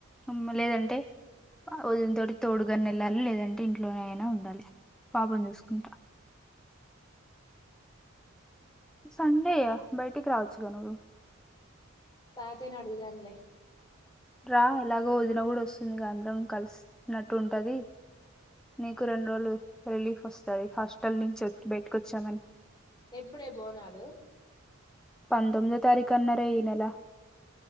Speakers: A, in the centre; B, on the left.
A: ఉమ్ లేదంటే వదిన తోటి తోడుగన్ ఎళ్ళాలి లేదంటే ఇంట్లోనైనా ఉండాలి పాపని చూసుకుంటా సండే యా బయటికి రావచ్చుగా నువ్వు
B: తాతయ్య ని అడుగుదానులే
A: రా ఎలాగో వదిన గూడా వస్తుందిగా అందరం కలిసినట్టు ఉంటది నీకూ రెండు రోజులు రిలీఫ్ వొస్తది హాస్టల్ నుంచి బయటకొచ్చామని
B: ఎప్పుడే బోనాలు
A: పంతొమ్మిదో తారీఖు అన్నారే ఈ నెల